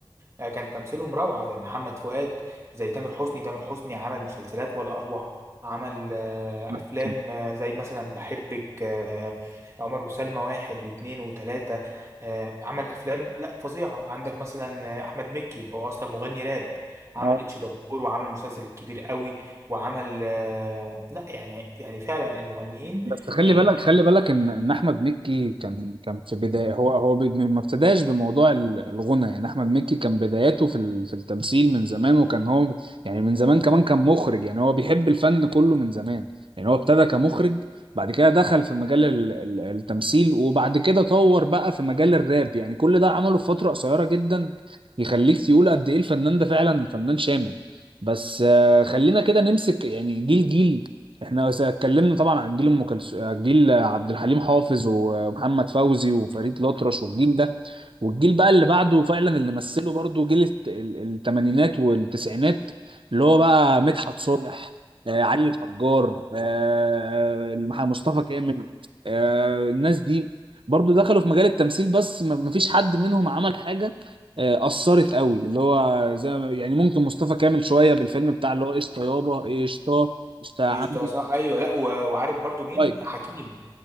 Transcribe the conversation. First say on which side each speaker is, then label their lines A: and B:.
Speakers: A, on the right; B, on the right.
A: آه، كان تمثيلهم روعة زي محمد فؤاد زي تامر حسني تامر حسني عمل مسلسلات ولا أروع عمل آه،
B: كان-
A: أفلام آه، زي مثلا بحبك آه، عمر وسلمى واحد واثنين وثلاثة آه، عمل أفلام لا فظيعة عندك مثلا آه، أحمد مكي هو أصلا مغني راب عمل
B: اه
A: اتش دبور وعمل مسلسل الكبير قوي وعمل آه، لا يعني يعني فعلا المغنيين
B: بس خلي
A: ال...
B: بالك
A: ال-
B: خلي بالك ان ان احمد مكي كان كان في بدايه هو هو بي- ما ابتداش بموضوع ال- الغنى يعني احمد مكي كان بداياته في ال- في التمثيل من زمان وكان هو ب- يعني من زمان كمان كان مخرج يعني هو بيحب الفن كله من زمان يعني هو ابتدى كمخرج بعد كده دخل في مجال ال- ال- التمثيل وبعد كده طور بقى في مجال الراب يعني كل ده عمله في فتره قصيره جدا يخليك تقول قد ايه الفنان ده فعلا فنان شامل بس آه، خلينا كده نمسك يعني جيل جيل احنا س- اتكلمنا طبعا عن جيل ام كلثوم جيل عبد الحليم حافظ ومحمد فوزي وفريد الأطرش والجيل ده والجيل بقى اللي بعده فعلا اللي مثله برضه جيل الت- ال- التمانينات والتسعينات اللي هو بقى مدحت صالح آه، علي الحجار آه، المح- مصطفى كامل آه، الناس دي برضه دخلوا في مجال التمثيل بس ما ما فيش حد منهم عمل حاجة آه، أثرت قوي اللي هو زي ما- يعني ممكن مصطفى كامل شوية بالفيلم بتاع اللي هو قشطة يابا إيه قشطة قشطة يا عم
A: ايش ده صح ايوه لا و- وعارف برضو مين
B: لايك
A: حكيم